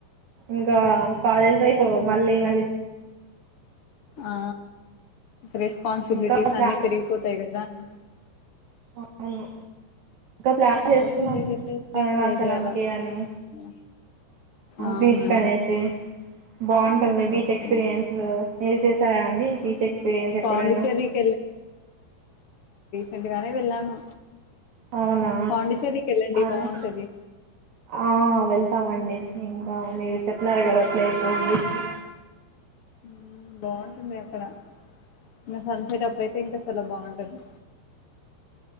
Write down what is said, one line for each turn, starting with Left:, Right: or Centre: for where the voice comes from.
Right: ఇంకా కాలేజ్ లైఫ్ పో మళ్ళీ మళ్ళీ
Left: ఆ రెస్పాన్సిబిలిటీస్
Right: ఇంకా ప్లాన్
Left: అన్ని పెరిగిపోతాయి కదా బా
Right: అవును ఇంకా ప్లాన్ చేస్తున్నాం
Left: సో ఎంజాయ్ చేసే ఇప్పుడే
Right: అరుణాచలంకి
Left: ఎంజాయ్ చేయాలా
Right: అని
Left: అవునా
Right: బీచ్ కనేసి బాగుంటుంది, బీచ్
Left: ఓకే
Right: ఎక్స్పీరియన్స్ మీరు చేసారా అండి బీచ్ ఎక్స్పీరియన్స్ ఎప్పుడైనా,
Left: పాండిచ్చేరికి రెండు వారలు వెళ్ళాము,
Right: అవునా
Left: పాండిచ్చేరికి వెళ్ళండి
Right: అదే
Left: బాగుంటది
Right: ఆ వెళ్తామండి, ఇంకా మీరు చెప్నారు కదా ప్లేసు బిచ్,
Left: ఉ బన్ ఇన్న ఇక్కడ ఇ సన్సెట్ అప్పుడు అయితే ఇంకా చాలా బాగుంటంది.